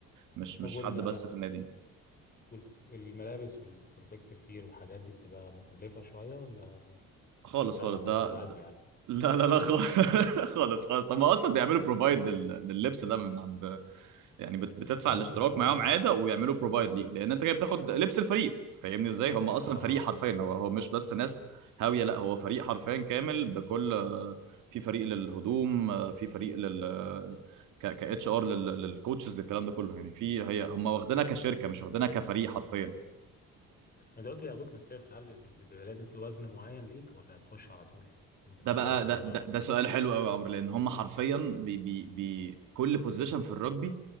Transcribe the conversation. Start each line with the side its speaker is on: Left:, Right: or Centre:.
Right: مش
Left: طب
Right: مش
Left: وال
Right: حد بس في النادي
Left: وال- والملابس والبروتكتيف جير والحاجات دي بتبقى مكلفة شوية ولا
Right: خالص
Left: انت
Right: خالص
Left: عارف اخوك
Right: ده
Left: على
Right: ده-
Left: قده يعني
Right: لا لا لا خالص <laughs> خالص خالص هم اصلا بيعملوا بروفايد لل... لللبس ده من عند يعني بت- بتدفع
Left: يا
Right: الاشتراك
Left: راجل تبع
Right: معاهم
Left: النادي
Right: عاده ويعملوا بروفايد ليه لان انت كده بتاخد لبس الفريق فاهمني ازاي هم اصلا
Left: اه
Right: فريق حرفيا هو هو مش بس ناس هاويه لا هو فريق حرفيا كامل بكل في فريق للهدوم في فريق لل ك ك اتش ار للكوتشز للكلام ده كله يعني في هي هم واخدينها كشركه مش واخدينها كفريق حرفيا
Left: انت قلت بياخدوك من الصفر هل بي- بيبقى لازم في وزن معين ليك ولا تخش على طول بغض
Right: ده بقى
Left: النظر
Right: ده ده,
Left: عن
Right: ده
Left: انت
Right: سؤال حلو قوي يا عمرو لان هم حرفيا بي بي بي كل بوزيشن في الرugby